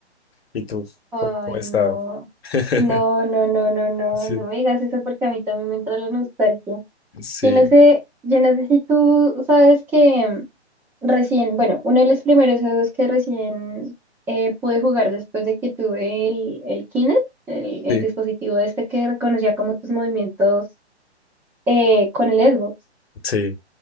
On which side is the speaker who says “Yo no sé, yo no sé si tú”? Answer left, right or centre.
Centre